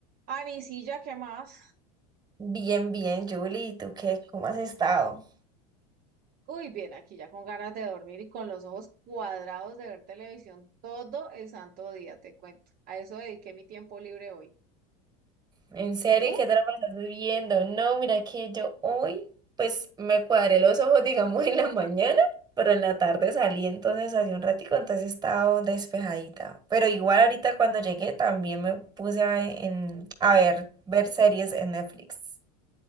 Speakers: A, on the right (about 45°); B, on the right (about 20°).
A: Anisilla, ¿qué más?
B: Bien, bien, Julie, ¿y ¿tú qué? ¿Cómo has estado?
A: Uy, bien, aquí ya con ganas de dormir y con los ojos cuadrados de ver televisión todo el santo día, te cuento. A eso dediqué mi tiempo libre hoy.
B: ¿En serio?
A: ¿Y tú?
B: ¿Y ¿Qué drama estás viendo? No, mira que yo hoy, pues me cuadré los ojos, <laughs> digamos, en la mañana, pero en la tarde salí entonces hace un ratico, entonces estaba despejadita. Pero igual ahorita cuando llegué también me puse a, en, a ver, ver series en Netflix.